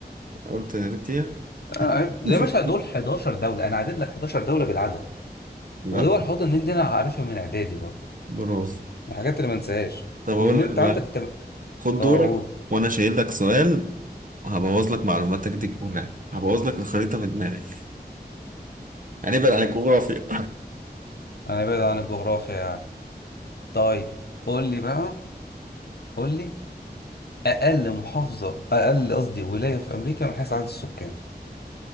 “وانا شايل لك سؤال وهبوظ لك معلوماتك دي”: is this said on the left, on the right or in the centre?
Right